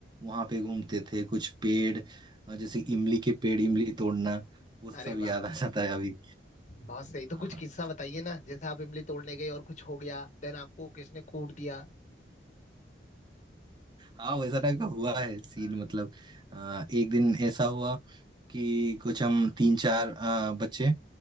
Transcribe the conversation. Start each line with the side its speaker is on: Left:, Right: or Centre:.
Right: वहां पे घूमते थे कुछ पेड़ अ, जैसे इमली के पेड़ इमली तोड़ना वो सब
Left: अरे
Right: याद
Left: वाह
Right: आ जाता है अभी
Left: बहुत सही तो
Right: हाँ
Left: कुछ
Right: हाँ।
Left: किस्सा बताइए ना जैसे आप इमली तोड़ने गए और कुछ हो गया देन आपको किसने कूट दिया
Right: हाँ वैसा टाइप का हुआ है सीन
Left: अ,
Right: मतलब अ, एक दिन ऐसा हुआ कि कुछ हम तीन चार अ, बच्चे